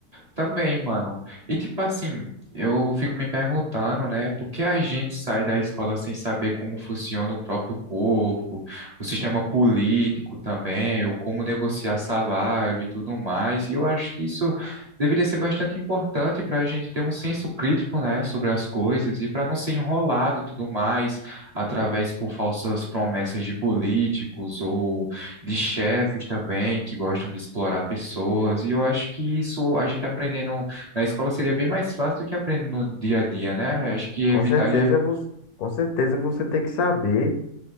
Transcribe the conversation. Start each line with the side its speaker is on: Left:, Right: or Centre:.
Right: Também, mano. E tipo assim, eu fico me perguntando, né, por que a gente sai da escola sem saber como funciona o próprio corpo, o sistema político também, ou como negociar salário e tudo mais. E eu acho que isso deveria ser bastante importante para a gente ter um senso crítico, né, sobre as coisas e para não ser enrolado tudo mais através por falsas promessas de políticos ou de chefes também que gostam de explorar pessoas, e eu acho que isso a gente aprendendo na escola seria bem mais fácil do que aprendendo no dia a dia, né? Acho que evitaria,
Left: Com certeza você, com certeza você tem que saber.